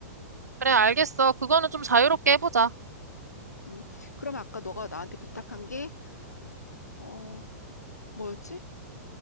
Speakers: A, on the right; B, on the left.
A: 그래, 알겠어. 그거는 좀 자유롭게 해보자.
B: 음, 그러면 아까 너가 나한테 부탁한 게, 어, 뭐였지?